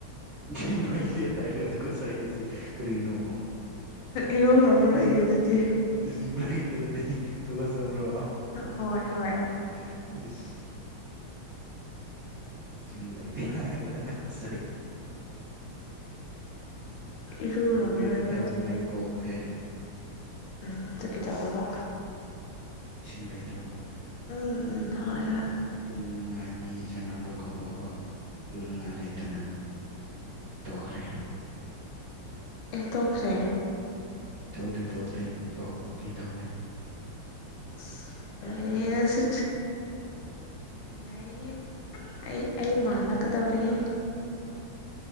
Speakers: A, on the right (about 70°); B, on the left (about 75°).
A: ꯢꯁꯥ ꯅꯨꯡꯉꯥꯏꯇꯦ ꯍꯥꯏꯔꯒ ꯇꯨꯒꯠꯆꯩꯌꯦ ꯀꯔꯤꯀꯤꯅꯣ
B: ꯏꯔꯨꯔꯝꯃꯔꯣꯏꯌꯦ
A: ꯏꯁꯤꯡ
B: ꯑꯗꯨꯗꯤ
A: ꯏꯁꯤꯡ ꯂꯩꯇ꯭ꯔꯗꯤ ꯇꯨꯒꯠꯆꯕ꯭ꯔꯣ
B: ꯍꯣꯏ ꯍꯣꯏ
A: <inaudible> ꯏꯁꯤꯡ ꯂꯩꯇꯦ ꯍꯥꯢꯔꯒ ꯇꯨꯒꯠꯆꯩꯌꯦ
B: ꯏꯔꯨꯔꯝꯃꯔꯣꯏꯕ
A: ꯨ ꯂꯨꯒꯦꯅ ꯇꯧꯕꯅꯦ
B: ꯑꯗꯨꯒꯤ
A: ꯀꯣꯛꯁꯦ
B: ꯎꯝ ꯑꯗꯨ ꯀꯩꯗꯧꯔꯕ
A: ꯑꯁ ꯏꯁꯤꯡ ꯂꯩꯇ꯭ꯔꯕ
B: ꯎꯝ ꯎꯝ ꯍꯣꯢ ꯍꯣꯢ
A: ꯏꯔꯨꯅꯤꯉꯥꯏ ꯃꯤ ꯁꯥꯟꯅꯕ ꯈꯣꯠꯄꯕ ꯏꯔꯨ ꯉꯥꯏ ꯂꯩꯇꯅ ꯇꯣꯛꯈ꯭ꯔꯦ
B: ꯑꯦꯇꯣꯈ꯭ꯔꯦ
A: ꯇꯧꯗꯤ ꯇꯣꯛꯇꯦ ꯇꯣꯛ ꯀꯦ ꯇꯧꯋꯦ
B: ꯏꯁ ꯌꯥꯏꯍꯦ ꯅꯪꯁꯨ ꯌꯥꯏꯍꯦ ꯑꯩ ꯑꯩ ꯃꯥꯜꯂꯛꯀꯗꯧꯔꯦꯍꯦ